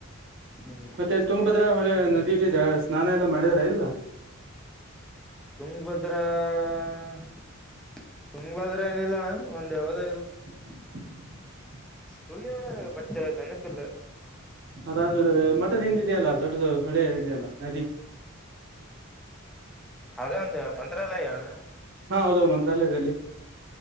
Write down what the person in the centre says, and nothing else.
ಹ್ಮ್
ತುಂಗಭದ್ರ ಹ್ಮ ತುಂಗ್ ಬಾದ್ರೆ ಏನಿಲ್ಲ ಅಣ್ಣ ಒಂದ ಯಾವದ
ಹೋಗಿದಳ ಬಟ್ ನೆನಪಿಲ್ಲ
ಅದ ಒಂದು ಮಂತ್ರಾಲಯಣ